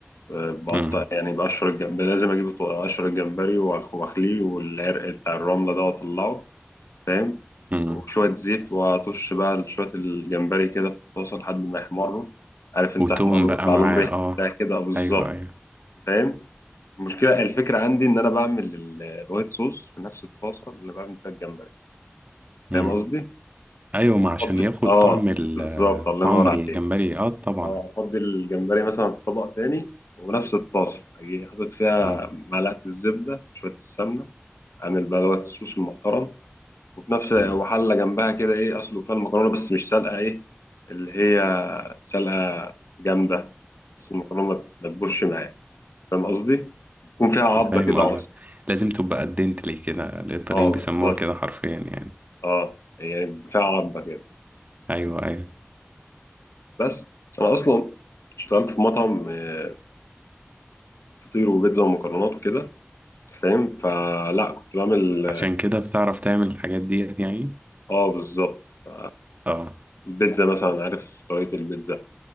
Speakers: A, on the left; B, on the right.
A: أه، بقطع
B: امم
A: يعني بقشر الجمبري لازم اجيب الط- اقشر الجمبري وأخ- واخليه والعرق بتاع الرمله ده واطلعه فاهم
B: امم
A: وشويه زيت واطش بقى شويه الجمبري كده في الطاسه لحد ما يحمروا عارف انت
B: وتوم
A: احمروا
B: بقى
A: ويطلع
B: معاه
A: لهم ريحه
B: اه
A: بتاع كده آه، بالظبط
B: ايوه ايوه
A: فاهم المشكله الفكره عندي ان انا بعمل ال- الوايت صوص في نفس الطاسه اللي بعمل فيها الجمبري
B: مم.
A: فاهم قصدي
B: ايوه ما عشان
A: افضي
B: ياخد
A: اه
B: طعم ال
A: بالظبط الله
B: طعم
A: ينور عليك
B: الجمبري اه طبعا
A: اه افضي الجمبري مثلا في طبق تاني ونفس الطاسه اجي حاطط فيها
B: مم.
A: معلقه الزبده شويه السمنه اعمل بقى دوت الصوص المحترم وفي نفس وحله
B: مم.
A: جنبها كده ايه اسلق فيها المكرونه بس مش سلقه ايه اللي هي سلقه جامده بس المكرونه ما تدبرش معاك فاهم قصدي؟ يكون فيها عضه
B: فاهم
A: كده
B: قصدك
A: عصر
B: لازم تبقى قدنتلي كده الايطاليين
A: اه
B: بيسموها
A: بالظبط
B: كده حرفيا يعني
A: اه يعني فيها عضه كده
B: ايوه ايوه
A: بس انا اصلا اشتغلت في مطعم آه، فطير وبيتزا ومكرونات وكده فاهم فلا كنت بعمل
B: عشان كده بتعرف تعمل الحاجات ديت يعني
A: اه بالظبط ف-
B: اه
A: البيتزا مثلا عارف طريقة البيتزا